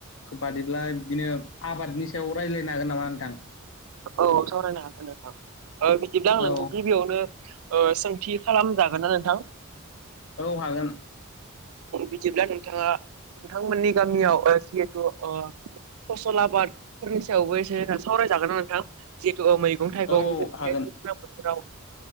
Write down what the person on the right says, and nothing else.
औ सावरायनो हागोन नोंथां बिदिदां आं
नोंखौ गिबियावनो ओ सोंथि खालामजागोन ना नोंथां?
बिदिब्ला नोंथाङा नोंथांमोननि गामियाव‌ ओ जिहेथु ओ फसल आबादफोरनि एसे सायावबो एसे सावरायजागोन आरो। नोथां जिहेतु मैगं थाइगं
बे
दैज्लां बोथोराव